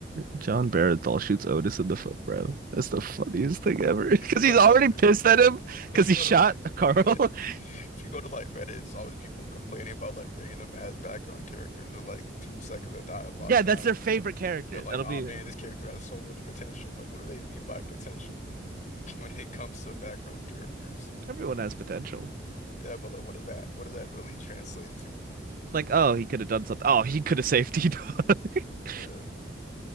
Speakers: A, on the right (about 50°); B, on the left (about 45°).
A: John Barenthal shoots Otis in the foot, bro. That's the funniest thing ever. <laughs> Because
B: If you go
A: he's
B: to
A: already
B: like,
A: pissed
B: bro,
A: at him because
B: if you
A: he
B: go
A: shot
B: to like,
A: Carl.
B: <laughs> yeah,
A: <laughs>
B: if you go to like Reddit, it's always people complaining about like random ass background characters with like two seconds of dialogue
A: Yeah,
B: dying.
A: that's their favorite character.
B: They're like,
A: That'll
B: oh
A: be
B: man, this character has so much potential. Like, what do they mean by potential <laughs> when it comes to background characters?
A: everyone has potential.
B: Yeah, but like, what does that, what does that really translate to?
A: Like, oh, he could have done something. Oh, he could have safety. done. <laughs>
B: Yeah.